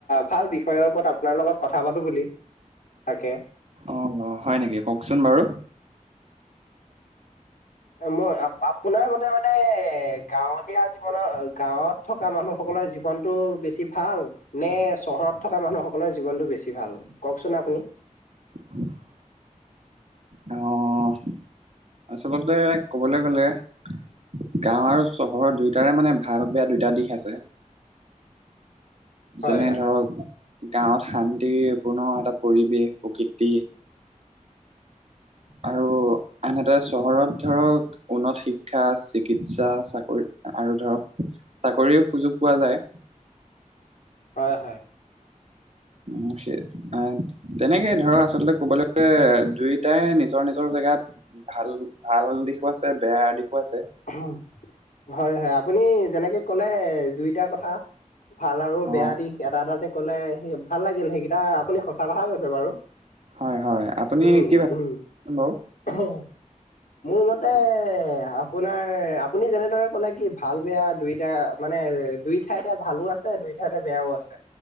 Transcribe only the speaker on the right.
অ অ, হয় নেকি কওকচোন বাৰু
<unintelligible> আহ আচলতে ক'বলৈ গ'লে গাঁৱ আৰু চহৰৰ দুইটাৰে মানে ভাল বেয়া দুইটা দিশ আছে।
যেনে
ধৰক, গাঁৱত শান্তিৰপূৰ্ণ এটা পৰিৱেশ প্ৰকৃতি আৰু আনহাতে চহৰত ধৰক উন্নত শিক্ষা, চিকিৎসা, চাকৰি আৰু ধৰক চাকৰিও সুযোগ পোৱা যায়।
মুসেদ এ তেনেকেই ধৰক আচলতে ক'বলৈ গ'লে দুইটাই নিজৰ নিজৰ জেগাত ভাল ভাল দিশো আছে বেয়া দিশো আছে
অ
হয় হয় আপুনি
কি ভাবে
বাৰু